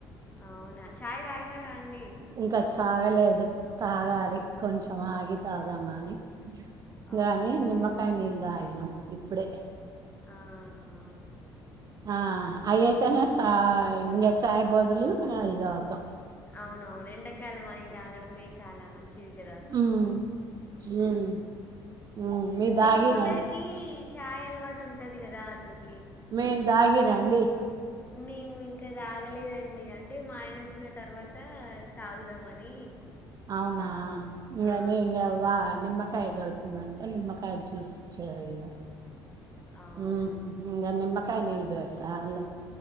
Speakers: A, on the left (about 20°); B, on the right (about 40°).
A: అవునా ఛాయ్ తాగినారా అండి.
B: ఇంకా సాగలేదు. తగాలి కొంచెం ఆగి తాదమ్మాని
A: అవునా
B: రాని నిమకాయ
A: చ
B: నీళ్లు తాగి అ ఇప్పుడే
A: ఆహా
B: ఆ అవి అయితేనే సా ఇంకా చాయ బోదులు అది అవుతాం
A: అవును అవును ఎండకాలము అవి తాగడమే చాలా మంచిది కదా
B: ఉమ్ ఉమ్ ఉమ్ మీరు
A: అంటే
B: తాగిర్రా
A: ఇక కొందరికి
B: అండి
A: చాయ్ అలవాటు ఉంటది కదా అందుకు
B: మీ తాగి రండి
A: మేము ఇంకా తాగి తాగలేదండి అంటే మా ఆయన వచ్చిన తర్వాత తాగుదామని
B: అవునా ఇంక్కా
A: ఆ
B: నీ ఇంక్కా కాయ కల్పిమంట నిమ్మకాయ జ్యూస్ చదిన
A: అవునా
B: హమ్ ఇంకా నిమకాయ నిల్ బేడసా అలా